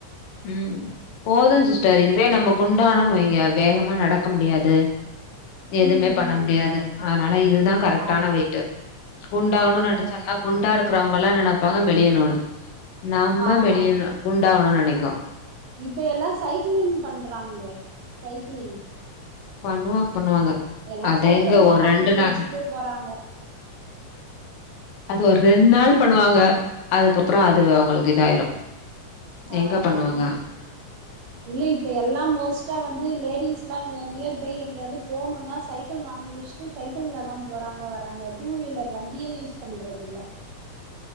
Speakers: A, on the left (about 75°); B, on the right (about 75°).
A: ம் போது சிஸ்டர்
B: ம்
A: இதுவே நம்ம குண்டானோன்னு வைங்க வேகமா நடக்க முடியாது எதுமே
B: ம் ம்
A: பண்ண
B: ம்
A: முடியாது அதனால இதுதா கரெக்டான
B: ஆமா
A: வெயிட்டு் குண்டாவுனுன்
B: ஆமா
A: நெனச்சம்னா
B: கரெக்டா இருக்கு
A: குண்டா இருக் கறவங்கல்லா என்ன நெனப்பாங்க மெளியணுன் நம்ம
B: ஆமா
A: மெளியணு குண்டாவணுன் நினைக்கோ
B: இப்ப எல்லா சைக்கிளிங் பண்றாங்களே சைக்கிளிங்
A: பண்ணுவாங்க பண்ணுவாங்க
B: எல்லா
A: அது
B: சைக்கிள்
A: எங்க
B: தா
A: ஒரு
B: வாங்கி
A: ரெண்டு
B: வெச்சுட்டு
A: நாள்
B: போறாங்க
A: அது ஒரு ரெண்
B: ம்
A: நாள் பண்ணுவாங்க அதுக்கப்றோ அது அவுங்களுக்கு இதாயிரு
B: அ
A: எங்க பண்ணுவாங்க
B: அ இப் இல்ல இப்ப எல்லா மோஸ்ட்டா வந்து லேடிஸ்ல்லா இங்க நியர் பை எங்கியாது போணுனா சைக்கிள் வாங்கி வெச்சுட்டு சைக்கிள்ல தா போறாங்க வராங்க டூ வீலர் வண்டியே யூஸ் பண்ணுறது இல்ல